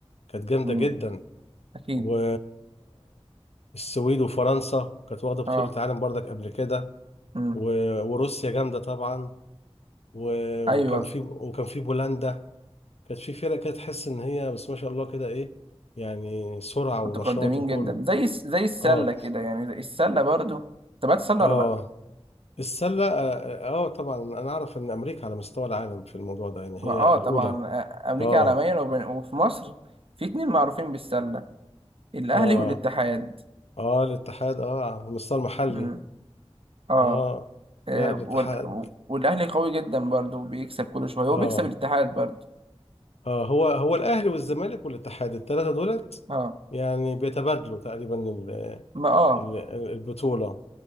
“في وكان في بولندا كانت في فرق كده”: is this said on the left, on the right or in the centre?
Left